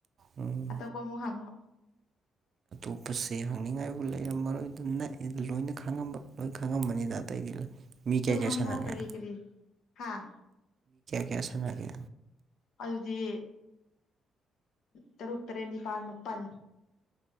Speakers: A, on the right; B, on the left.
A: ꯎꯝ
B: ꯑꯇꯣꯞꯄ ꯑꯃꯨꯛ ꯍꯪꯉꯣ
A: ꯑꯄꯁꯦ ꯍꯪꯅꯤꯡꯉꯥꯏꯕꯨ ꯂꯩꯔꯝꯃꯔꯣꯏ ꯑꯗꯨ ꯅ ꯂꯣꯏꯅ ꯈꯪꯉꯝꯕ ꯂꯣꯏ ꯈꯪꯉꯝꯕꯅꯤꯗ ꯑꯇꯩꯗꯤ ꯃꯤ
B: ꯑꯗꯨꯝ
A: ꯀꯌꯥ ꯀꯌꯥ
B: ꯍꯪꯉꯣ
A: ꯁꯥꯟꯅꯒꯦ
B: ꯀꯔꯤ ꯀꯔꯤ ꯍꯥꯥ
A: ꯀꯦꯁꯅꯒꯦ
B: ꯑꯗꯨꯗꯤ ꯇꯔꯨꯛ ꯇꯔꯦꯠ ꯅꯤꯄꯥꯜ ꯃꯥꯄꯜ